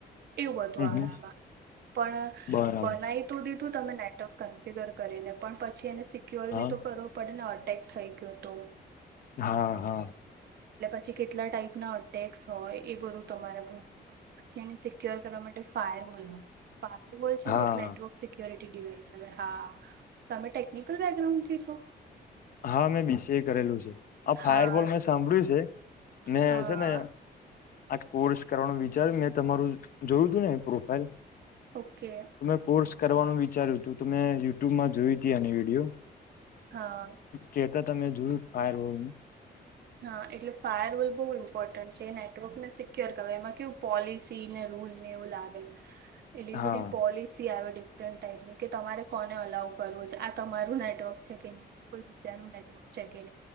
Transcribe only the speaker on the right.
એવું વધુ
આવે
આમાં, પણ
બનાવી સિધું તમે નેટવર્ક કન્પિગર કરીને પણ પછી એને સિક્યોર
ભી તો કરવો પડે ને ટેક્ થઈ ગયો હતો.
પછી કેટલા ટાઈપ ના અટેક્સ હોય એ બધું તમારે ભવું પડ પછી એને સિક્યોર કરવા માટે ફાયર વોલ ફાયર વોલ છે
નેલા કેયોરિવાઈસ હ હા તમે ટેકનિકલ બેકગ્રાઉન્ડ થી છો
હા
હા
ઓકે
હા
હા એટલે ફાયર રોલ બહુ ઇમ્પોર્ટન્ટ છે નેટવર્ક ને સિક્યોર કર એમાં કેવું પોલિસીને હું લાગે ઇતિ
વાડી પોલિસી આવે ડિફરન્ટ ટાઈપની કે તમારે કોને અલાવ કરવો છે આ તમારું નેટવર્ક છે કે નહીં કોઈ બીજાનું નેટવર્ક જગ